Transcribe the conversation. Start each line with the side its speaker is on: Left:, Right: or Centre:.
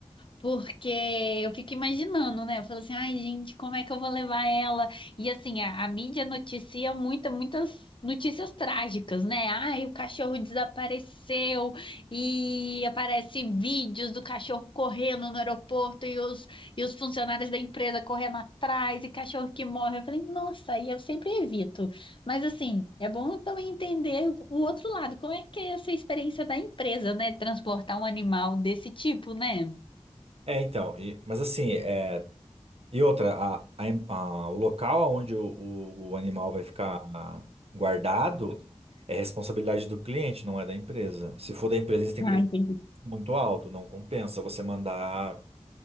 Left: Porque eu fico imaginando, né? Eu falo assim, ai, gente, como é que eu vou levar ela? E assim, a, a mídia noticia muita, muitas notícias trágicas, né? Ai, o cachorro desapareceu e aparece vídeos do cachorro correndo no aeroporto e os, e os funcionários da empresa correndo atrás e cachorro que morre. Eu falei, nossa, aí eu sempre evito. Mas assim, é bom também entender o outro lado, como é que é essa experiência da empresa, né? Transportar um animal desse tipo, né?
Right: É, então, e- mas assim, é, e outra, a- a- a- o local onde o, o- o animal vai ficar guardado é responsabilidade do cliente, não é da empresa. Se for da empresa, eles têm,
Left: Ah,
Right: eles
Left: entendi.
Right: têm muito alto, não compensa você mandar.